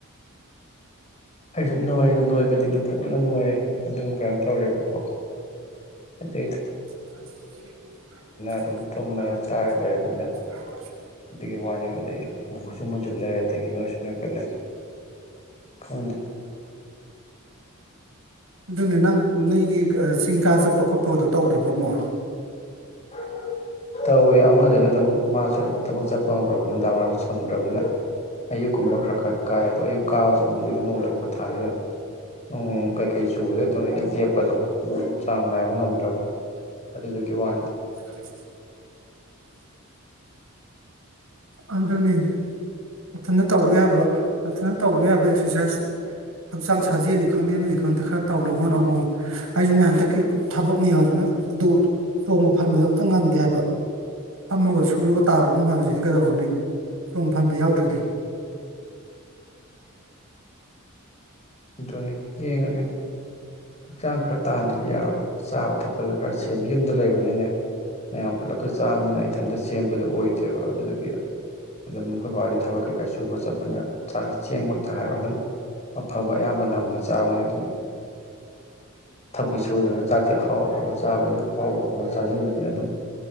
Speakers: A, on the left; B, on the right.
A: ꯑꯩꯁꯨ ꯅꯣꯏ ꯅꯣꯏꯕꯗꯤ ꯑꯗꯨꯝ ꯐꯖꯅ ꯅꯣꯏꯔꯦ ꯑꯗꯨꯝ ꯀꯩꯅꯣ ꯇꯧꯔꯦꯕꯀꯣ ꯑꯗꯨ
B: <inaudible>
A: ꯑꯗꯨꯝ ꯇꯨꯝꯃꯒ ꯆꯥꯔ ꯂꯩꯔꯕꯅꯤꯅ ꯑꯗꯨꯒꯤ ꯋꯥꯅꯤ ꯑꯗꯩ ꯃꯨꯁꯨ ꯃꯨꯁꯤꯜꯂꯦ ꯑꯗꯒꯤ ꯅꯣꯏꯁꯨ ꯅꯣꯏꯈꯠꯂꯦ ꯈꯪꯗꯦ
B: ꯑꯗꯨꯅꯦ ꯅꯪ ꯅꯣꯏꯒꯤ ꯆꯤꯡꯒꯥꯥ ꯆꯠꯄ ꯈꯣꯠꯄꯒꯗꯣ ꯇꯧꯗ꯭ꯔꯕ ꯑꯃꯨꯛ
A: <inaudible> ꯇꯧꯏ ꯑꯃꯗꯨꯅ ꯑꯗꯨꯝ ꯃꯥꯁꯨ ꯊꯕꯛ ꯆꯠꯄ ꯍꯧꯈ꯭ꯔꯕꯅꯤꯅ ꯅꯨꯡꯗꯥꯡ ꯋꯥꯏꯔꯝꯁꯨ ꯐꯪꯗ꯭ꯔꯕꯅꯤꯅ ꯑꯌꯨꯛꯀꯨꯝꯕ ꯈꯔ ꯈꯔ ꯀꯥꯏꯌꯦ ꯑꯗꯣ ꯑꯌꯨꯛ ꯀꯥꯕꯁꯨ ꯑꯃꯨꯛ ꯍꯧꯖꯤꯛ ꯅꯣꯡꯖꯨ ꯄꯟꯊꯥꯅꯤꯅ ꯅꯣꯡ ꯀꯩꯀꯩ ꯆꯨꯕꯗ ꯑꯗꯨꯝ ꯑꯩꯗꯤ ꯂꯦꯞꯄꯗꯣ ꯆꯥꯡ ꯅꯥꯏꯕ ꯉꯝꯗ꯭ꯔꯕ ꯑꯗꯨꯗꯨꯒꯤ ꯋꯥꯅꯤꯗ
B: <inaudible> ꯑꯗꯨꯅꯤ ꯃꯊꯟꯗ ꯇꯧꯕ ꯌꯥꯕ ꯃꯊꯟꯇ ꯇꯧꯕ ꯌꯥꯕ ꯑꯦꯛꯁ꯭ꯔꯁꯥꯏꯁ ꯍꯛꯆꯥꯡ ꯁꯥꯖꯦꯜꯅꯤ ꯈꯪꯗꯦ ꯑꯃꯅꯤ ꯈꯪꯗꯦ ꯈꯔ ꯇꯧꯅꯕ ꯍꯣꯠꯅꯧ ꯑꯩꯁꯨꯅꯦ ꯍꯟꯗꯛꯀꯤ ꯊꯕꯛ ꯃꯌꯥꯝꯁꯤꯅ ꯑꯗꯨ ꯆꯣꯡꯕ ꯐꯟꯕꯗꯣ ꯑꯝꯇ ꯉꯝꯗꯦ ꯍꯥꯏꯕ ꯐꯝꯃꯒ ꯁꯨꯔꯒ ꯇꯥꯕ ꯍꯨꯃꯥꯡꯖꯤꯗꯤ ꯀꯗꯧꯔꯨꯅꯤ ꯆꯣꯡꯐꯟꯕ ꯌꯥꯎꯗ꯭ꯔꯗꯤ
A: ꯑꯗꯨꯅꯤ ꯌꯦꯡꯉꯒꯦ ꯍꯛꯆꯥꯡ ꯈꯔ ꯇꯥꯍꯟꯗꯗꯤ ꯌꯥꯔꯔꯣꯏ ꯆꯥꯕ ꯊꯛꯄꯗ ꯈꯔ ꯁꯦꯝꯕ ꯌꯨꯝꯗ ꯂꯩꯕꯅꯤꯅꯅꯦ ꯃꯌꯥꯝ ꯄꯨꯜꯂꯞꯀ ꯆꯥꯕꯅꯤꯅ ꯏꯊꯟꯇ ꯁꯦꯝꯕꯗꯨ ꯑꯣꯏꯗꯦꯕ ꯑꯗꯨꯗꯨꯒꯤ ꯑꯗꯨꯝ ꯑꯈꯣꯏ ꯕꯥ ꯍꯣꯢꯖꯨ ꯊꯕꯛ ꯀꯩꯀꯥ ꯁꯨꯕ ꯆꯠꯄꯅꯤꯅ ꯆꯦꯡꯃꯛꯇ ꯍꯥꯏꯔꯣ ꯑꯗꯨꯝ ꯑꯐꯕ ꯑꯌꯥꯝꯕ ꯅꯝꯅ ꯆꯥꯕꯅꯤꯅ ꯑꯗꯨꯝ ꯊꯕꯛꯇꯤ ꯁꯨꯗꯅ ꯆꯥꯛ ꯇꯤ ꯑꯍꯥꯎ ꯑꯐꯕ ꯆꯥꯕꯅꯤꯅ ꯑꯍꯥꯎ ꯑꯐꯕ ꯆꯥꯁꯤꯟꯕꯅꯤꯅ ꯑꯗꯨꯝ